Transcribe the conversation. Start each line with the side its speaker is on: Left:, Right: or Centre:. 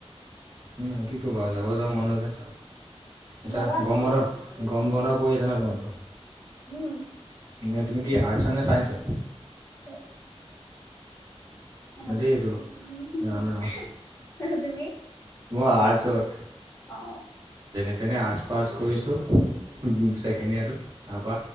Right: উম, কি ক'বা যাব যাওঁ মন নাযায়। এতিয়া
Left: যাবা আকৌ
Right: গৰম বন্ধ, গৰম বন্ধ পৰি আছে ন' তোমালোকৰ?
Left: উম
Right: এনে তুমি কি আৰ্টছৰ নে চাইন্সৰ?
Left: <unintelligible>
Right: দেই এইটো ৰাম ৰাম
Left: তুমি?
Right: আৰ্টচৰ।
Left: অ'।
Right: যেনে আৰ্টছ পাছ কৰিছোঁ, ছেকেণ্ড ইয়েৰটোত তাৰপা